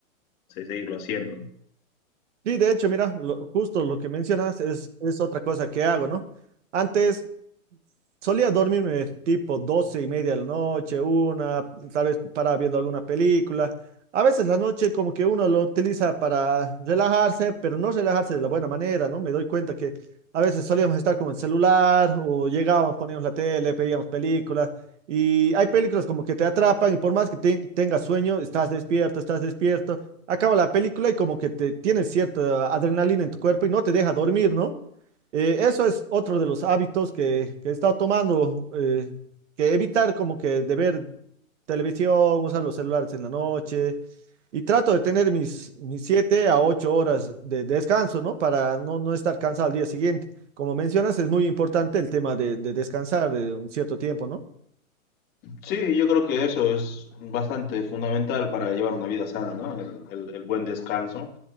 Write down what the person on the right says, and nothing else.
Sí, de hecho, mira, lo- justo lo que mencionas es, es otra cosa que hago, ¿no? Antes Solía dormirme tipo 12 y media de la noche, una, tal vez paraba viendo alguna película. A veces la noche como que uno lo utiliza para relajarse, pero no relajarse de la buena manera, ¿no? Me doy cuenta que a veces solíamos estar con el celular o llegábamos, poníamos la tele, pedíamos películas y hay películas como que te atrapan y por más que te- tengas sueño, estás despierto, estás despierto, acaba la película y como que te tienes cierta adrenalina en tu cuerpo y no te deja dormir, ¿no? Eh, eso es otro de los hábitos que, que he estado tomando, eh, que evitar como que de ver televisión, usar los celulares en la noche y trato de tener mis, mis 7 a 8 horas de descanso, ¿no? Para no, no estar cansado al día siguiente. Como mencionas, es muy importante el tema de, de descansar de un cierto tiempo, ¿no?